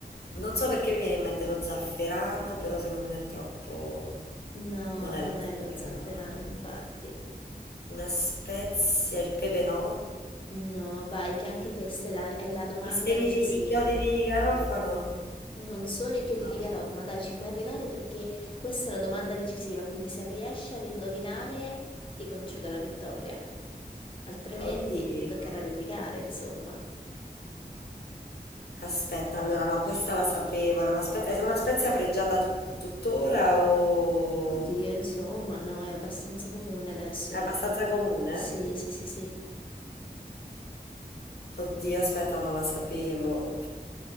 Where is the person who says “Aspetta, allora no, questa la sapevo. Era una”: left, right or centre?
Left